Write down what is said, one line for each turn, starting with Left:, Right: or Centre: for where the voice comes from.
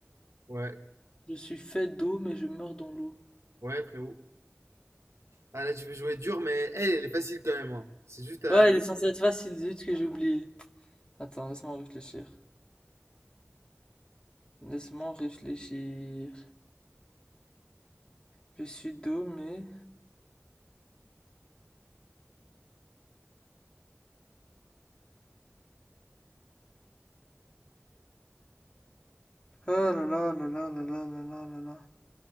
Right: Ouais,
Left: Je suis fait d'eau, mais je meurs dans l'eau.
Right: ouais, frérot. Ah là, tu veux jouer dur, mais elle, elle est facile quand même. hein. C'est juste à...
Left: Ouais, elle est censée être facile, zut que j'ai oublié. Attends, laisse-moi réfléchir. Laisse-moi réfléchir. Je suis d'eau, mais... Ah là là là là là là là là là là.